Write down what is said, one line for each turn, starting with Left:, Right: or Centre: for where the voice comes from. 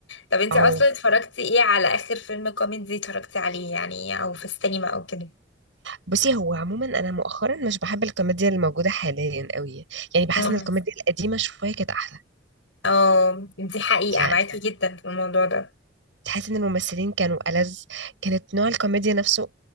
Left: طب انتي
Right: او
Left: اصلا اتفرجتي ايه على اخر فيلم كوميدي اتفرجتي عليه يعني او في السينما او كده
Right: بصي هو عموما انا مؤخرا مش بحب الكوميديا اللي موجوده حاليا قوي يعني بحس
Left: مم.
Right: ان الكوميديا القديمه شويه كانت احلى
Left: اه دي حقيقة
Right: يعني
Left: معاكي جدا في الموضوع ده
Right: تحس ان الممثلين كانوا ألذ كانت نوع الكوميديا نفسه